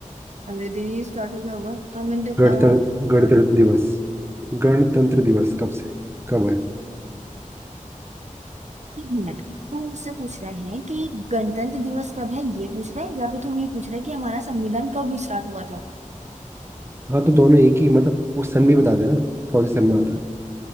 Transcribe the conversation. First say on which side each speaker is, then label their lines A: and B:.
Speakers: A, on the right; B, on the right.
A: अगले दिन ही स्टार्ट हो गया होगा अब मैंने तो,
B: गणतंत्र
A: आ,
B: गणतंत्र दिवस गणतंत्र दिवस कब से कब है
A: एक मिनट तू मुझसे पूछ रहा है कि गणतंत्र दिवस कब है ये पूछ रहा है या फिर तू ये पूछ रहा है कि हमारा संविधान कब स्टार्ट हुआ था
B: हाँ तो दोनों एक ही मतलब वो सन भी बता देना कौन से सन में आता है